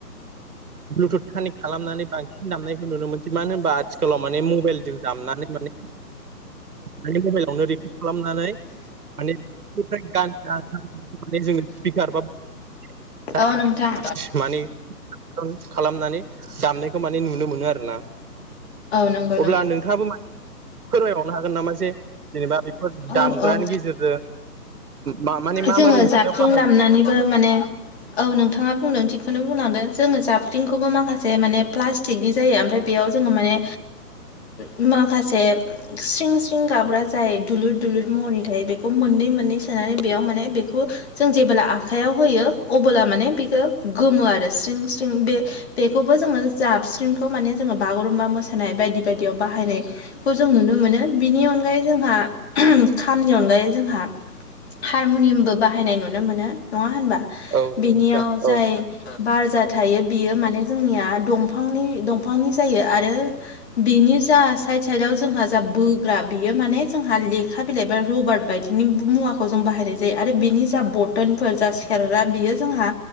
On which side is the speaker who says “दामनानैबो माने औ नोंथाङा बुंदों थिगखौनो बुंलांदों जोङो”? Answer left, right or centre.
Left